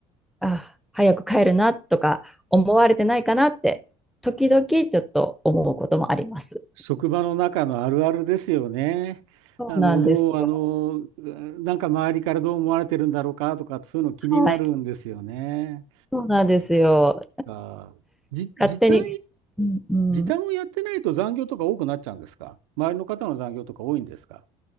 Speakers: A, in the centre; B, on the right.
A: あ早く帰るなとか思われてないかなって時々ちょっと思うこともあります。
B: 職場の中のあるあるですよね。
A: そうなんですよ。
B: あの、もう、あの、なんか周りからどう思われてるんだろうかとか、そういうの気になるんですよね。
A: はい、そうなんですよ。
B: あー、じ、時短
A: 勝手に、うんうん、
B: 時短をやってないと残業とか多くなっちゃうんですか周りの方の残業とか多いんですか